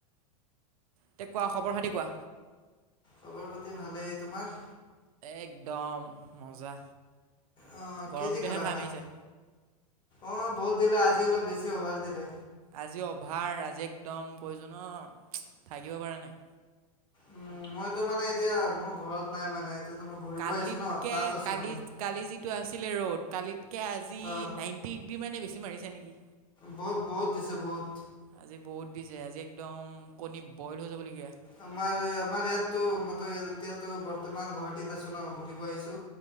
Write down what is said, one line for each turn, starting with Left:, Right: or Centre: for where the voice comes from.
Right: তে কোৱা খবৰ খাতি কোৱা।
Left: খবৰ খাতি ভালেই তোমাৰ।
Right: একদম মজা।
Left: অ
Right: গৰমটোহে
Left: কিহেদি খালা
Right: খাই
Left: ভাত।
Right: মাৰিছে
Left: অ বহুত দিলে আজি অলপ বেছি অভাৰ দিলে।
Right: আজি অভাৰ আজি একদম কৈছো ন থাকিব পাৰা নাই।
Left: উম মইতো মানে এতিয়া মোৰ ঘৰত নাই মানে। এতিয়াতো মই ঘূৰিব
Right: কালিতকে
Left: আহিছোঁ ন তাত আছোঁ
Right: কালি
Left: মানে
Right: কালি যিটো আছিলে ৰ'দ কালিতকৈ আজি
Left: অ
Right: নাইন। টিক দি মানে বেছি মাৰিছে নেকি।
Left: বহুত বহুত দিছে বহুত।
Right: আজি বহুত দিছে আজি একদম কণী বইল হৈ যাবলগীয়া।
Left: আমাৰ আমাৰ ইয়াতো মইতো এতিয়াতো বৰ্তমান গুৱাহাটীত আছো ন ঘূৰিব আহিছো।